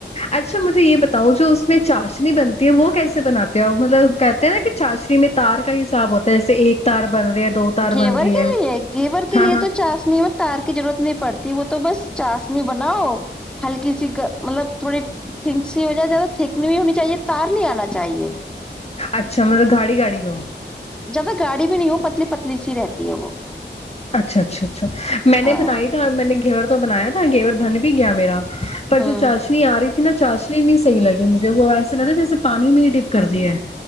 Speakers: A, on the left; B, in the centre.
A: اچھا مجھے یہ بتاؤ جو اس میں چاشنی بنتی ہے وہ کیسے بناتے ہیں اور مطلب کہتے ہیں نا کہ چاشنی میں تار کا حساب ہوتا ہے جیسے ایک تار بن رہی ہے دو تار
B: گیور
A: بن رہی
B: کے
A: ہے
B: لیے گیور کے
A: ہاں
B: لیے
A: ہاں
B: تو چاس نہیں ہو تار کی ضرورت نہیں پڑتی وہ تو تو بس چاسنی بناؤ ہلکی سی مطلب تھوڑی تھک سی وجہ زیادہ تھک نہیں ہونی چاہیے تار نہیں آنا چاہیے
A: اچھا مطلب گاڑی گاڑی ہو
B: زیادہ گاڑی بھی نہیں ہو پتلی پتلی سی رہتی ہے وہ
A: اچھا اچھا اچھا میں نے
B: ہاں
A: بنائی تھا میں نے گیور تو بنایا تھا گیور بن بھی گیا میرا پر
B: ہوں
A: جو چاشنی آ رہی تھی نا چاشنی نہیں صی لگی مجھے وہ ایسے نہیں تھا جیسے پانی میں ہی ٹپ کر دی ہے